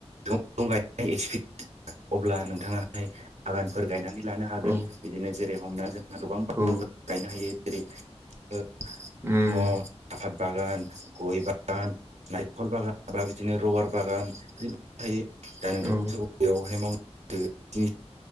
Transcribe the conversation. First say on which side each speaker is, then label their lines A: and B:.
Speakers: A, on the right (about 85°); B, on the right (about 20°).
A: दंफं गायनाय एक्सपिरियेन्स <unintelligible> अब्ला नोंथांङाहाय बागानफोर गायनानै लानो हागोन
B: औ
A: बिदिनो जेरै हमना जोंना गोबां बांफोर
B: औ
A: गायनो हायो जेरै दंङ
B: उम
A: साफाद बागान गय बागान नारिखल बागान बा बिदिनो रबार बागान थायो दा नोंथां
B: औ
A: बेयावहाय मावनोनि